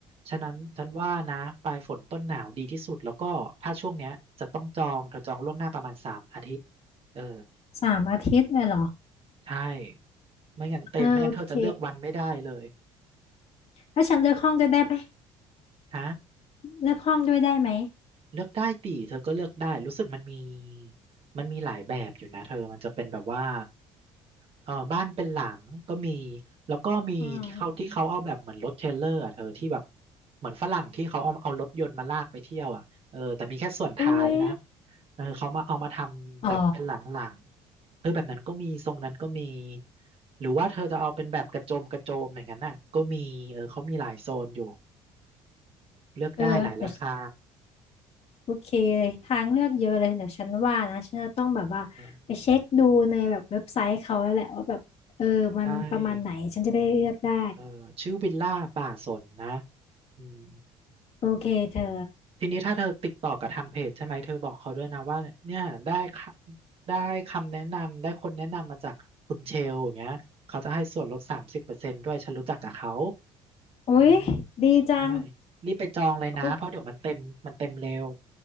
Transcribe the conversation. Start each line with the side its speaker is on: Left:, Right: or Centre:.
Right: ฉะนั้นฉันว่านะปลายฝนต้นหนาวดีที่สุดแล้วก็ถ้าช่วงเนี้ยจะต้องจองเธอจองล่วงหน้าประมาณสามอาทิตย์ เออ
Left: สามอาทิตย์เลยเหรอ
Right: ใช่ไม่งั้นเต็มไม่งั้นเธอจะเลือกวันไม่ได้เลย
Left: อ่าโอเคถ้าฉันเลือกห้องด้วยได้ไหม
Right: ฮะ
Left: เลือกห้องด้วยได้ไหม
Right: เลือกได้ดิเธอก็เลือกได้รู้สึกมันมีมันมีหลายแบบอยู่นะเธอมันจะเป็นแบบว่า เออบ้านเป็นหลังก็มีแล้วก็มีที่เขาที่เขาเอาแบบเหมือนรถเทรลเลอร์อะเธอที่แบบ
Left: อืม
Right: เหมือนฝรั่งที่เขาเอาเอารถยนต์มาลากไปเที่ยวอ่ะเออแต่มีแค่ส่วนท้ายนะ
Left: อุ้ย
Right: เออเขามาเอามาทำแบบเป็นหลังหลัง
Left: อ๋อ
Right: เออแบบนั้นก็มีทรงนั้นก็มีหรือว่าเธอจะเอาเป็นแบบกระโจมกระโจมอย่างนั้นน่ะก็มีเออเขามีหลายโซนอยู่เลือกได้หลายราคา
Left: เออเดี๋ยวโอเคเลยทางเลือกเยอะเลยเดี๋ยวฉันว่านะฉันจะต้องแบบว่าไปเช็คดูในแบบเว็บไซต์เขาแล้วแหละว่าแบบเออมันประมาณไหนฉันจะได้เลือกได้
Right: เออใช่เออชื่อวิลล่าป่าสนนะอืม
Left: โอเคเธอ
Right: ทีนี้ถ้าเธอติดต่อกับทางเพจใช่ไหมเธอบอกเขาด้วยนะว่าเนี่ยได้ค่ะได้คำแนะนำได้คนแนะนำมาจากคุณเชลอย่างเงี้ยเขาจะให้ส่วนลดสามสิบเปอร์เซ็นต์ด้วยฉันรู้จักกับเขา
Left: อุ๊ย
Right: อืม
Left: ดีจัง
Right: ได้รีบไปจองเลยนะเพราะเดี๋ยวมันเต็มมันเต็มเร็ว
Left: โอ๊ะ